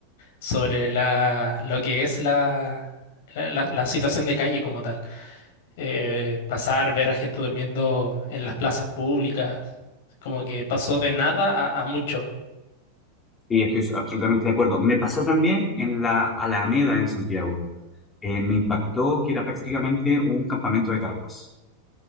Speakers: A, on the left; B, on the left.
A: sobre la, lo que es la, la, la- la situación de calle como tal. Eh, pasar, ver a gente durmiendo en las plazas públicas, como que pasó de nada a, a mucho.
B: Y estoy absolutamente de acuerdo. Me pasó también en la Alameda en Santiago. eh, me impactó que era prácticamente un campamento de carpas.